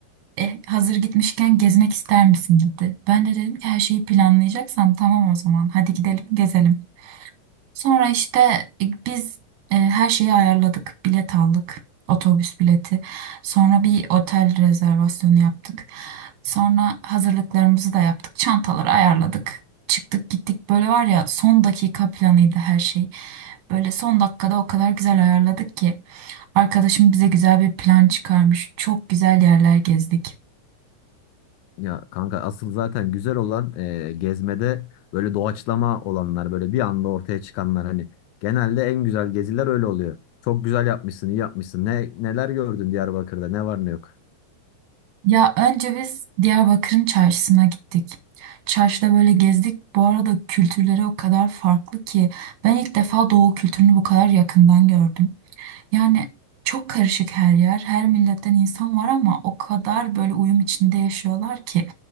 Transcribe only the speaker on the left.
Ya kanka asıl zaten güzel olan e, gezmede böyle doğaçlama olanlar, böyle bir anda ortaya çıkanlar hani genelde en güzel geziler öyle oluyor. Çok güzel yapmışsın, iyi yapmışsın. Ne neler gördün Diyarbakır'da? Ne var ne yok?